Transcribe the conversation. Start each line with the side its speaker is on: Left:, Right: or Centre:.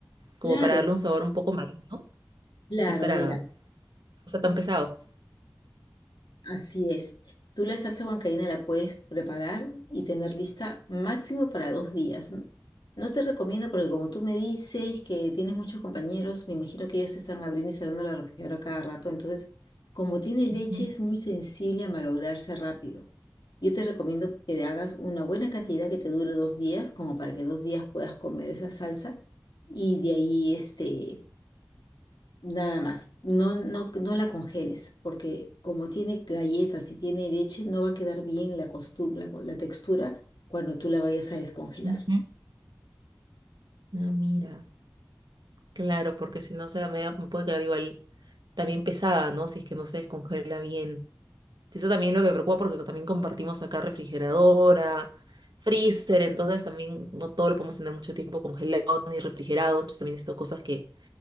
Right: como
Left: Claro,
Right: para darle un sabor un poco marino,
Left: claro,
Right: así para
Left: mira,
Right: no sea tan pesado.
Left: así es. Tú la salsa huancaína la puedes preparar y tener lista máximo para dos días. N- No te recomiendo porque como tú me dices que tienes muchos compañeros, me imagino que ellos están abriendo y cerrando la refrigeradora cada rato. Entonces, como tiene leche,
Right: Ujú,
Left: es muy sensible a malograrse rápido. Yo te recomiendo que te hagas una buena cantidad que te dure dos días, como para que dos días puedas comer esa salsa y de ahí este Nada más. No, no, no la congeles, porque como tiene galletas y tiene leche, no va a quedar bien la, costu- la, la textura cuando tú la vayas a descongelar.
Right: ujú. Ah, mira, claro, porque si no se la media me puede quedar igual también pesada, ¿no? Si es que no se descongela bien. Sí, Eso también es lo que me preocupa porque también compartimos acá refrigeradora, freezer, entonces también no todo lo podemos tener mucho tiempo congelado ni refrigerado, entonces también necesito cosas que,